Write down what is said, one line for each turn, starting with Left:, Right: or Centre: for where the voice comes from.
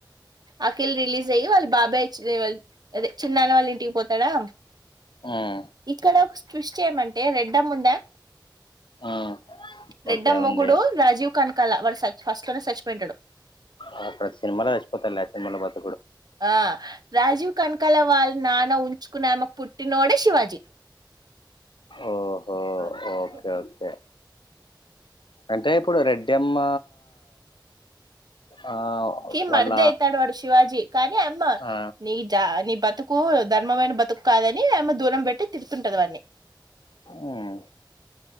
Right: అఖిల్ రిలీజ్ అయ్యి వాళ్ళు బాబాయ్ అదే చిన్నాన్న వాళ్ళ ఇంటికి పోతాడా
Left: ఉమ్
Right: ఇక్కడ ఒక ట్విస్ట్ ఏమంటే రెడ్డమ్మ ఉందా
Left: మ్
Right: రెడ్డమ్మ
Left: ఓకే
Right: మొగుడు
Left: ఉంది
Right: రాజీవ్ కనకాల వాడు ఫస్ట్ లోనే సచ్చిపోయి ఉంటడు
Left: ఆ ప్రతి సినిమాలో సచ్చిపోతాడు లే అ సినిమా బ
Right: ఆ రాజీవ్ కనకాల వాళ్ళ నాన్న ఉంచుకున్నామెకు పుట్టినోడే శివాజీ
Left: ఓహో
Right: <unintelligible>
Left: ఓకే ఓకే అంటే ఇప్పుడు రెడ్డమ్మ ఆ
Right: కి మరిది
Left: వాళ్ళ
Right: అయితాడు వాడు శివాజీ కానీ అమ్మ
Left: ఆ
Right: నీ జా నీ బతుకు కు ధర్మమైన బతుకు కాదని ఆమే దూరం పెట్టి తిడుతుంటది వాన్ని
Left: మ్